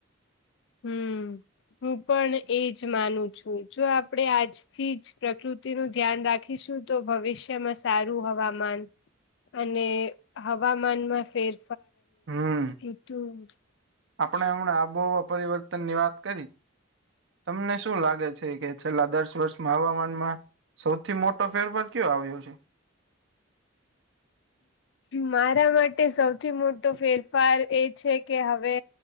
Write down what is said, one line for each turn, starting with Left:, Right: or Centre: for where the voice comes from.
Left: હમ્મ હું પણ એજ માનું છું જો આપણેે આજથી જ પ્રકૃતિ તેનું ધ્યાન રાખીશું તો ભવિષ્યમાં સારું હવામાન અને હવામાનમાં ફેર
Right: હમ
Left: <unintelligible>
Right: આપણે આબોહવા પરિવર્તન ની વાત કરી તમને શું લાગે છે કે છેલ્લા દસ વર્ષમાં હવામાનમાં. સૌથી મોટો ફેરફાર કયો આવ્યો છે?
Left: મારા માટે સૌથી મોટો ફેરફાર એ છે કે હવે